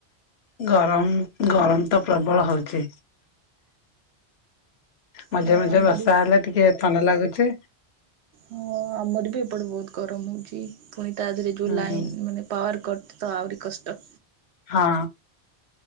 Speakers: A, on the left; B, on the right.
A: ଗରମ ଗରମ ତ ପ୍ରବଳ ହଉଚି। ମଝିରେ
B: ହଁ
A: ମଝିରେ
B: ଆମରି
A: ବର୍ଷା ହେଲେ ଟିକେ ଥଣ୍ଡା ଲାଗୁଛି।
B: ହଁ ଆମର ବି ଏପଟେ ବହୁତ ଗରମ ହଉଛି ଫୁଣି ତା ଦେହେରେ ଯୋଉ
A: ହୁଁ।
B: ଲାଇନ ଉଁ ମାନେ ପାୱାର କଟ୍ ତ ଆଉରି କଷ୍ଟ।
A: ହଁ